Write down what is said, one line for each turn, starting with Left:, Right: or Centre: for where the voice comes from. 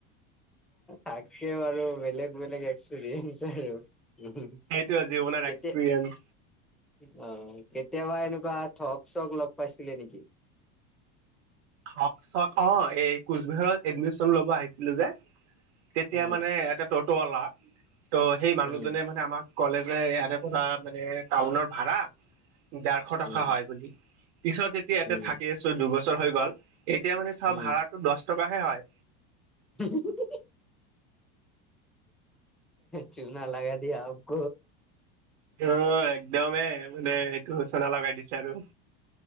Centre: তাকেও আৰু বেলেগ বেলেগ এক্সপৰিয়েঞ্চ আৰু উ
Right: সেইটোৱে জীৱনৰ
Centre: কেতিয়া
Right: এক্সপিৰিয়েঞ্চ
Centre: অ কেতিয়াবা এনেকুৱা ঠগ চক লগ পাইছিলি নেকি?
Right: থক চক অ এই কোচবিহাৰত এডমিশন লব আহিছিলো যে তেতিয়া
Centre: উম,
Right: মানে এটা টতৱালা ত' সেই মানুহজনে
Centre: উম,
Right: মানে আমাক কলেজে ইয়াতে পৰা মানে টাউনৰ ভাড়া ডেৰশ টকা
Centre: উম,
Right: হয় বুলি পিছত যেতিয়া ইয়াতে
Centre: উম,
Right: থাকি আছো দুবছৰ হৈ গ'ল এতিয়া মানে চাও
Centre: উম
Right: ভাড়াটো দহ টকা হে হয়
Centre: <unintelligible> চুনা লগ দিয়ে আক
Right: অ' একদমেই মানে সেইটো চুনা লগাই দিছে আৰু।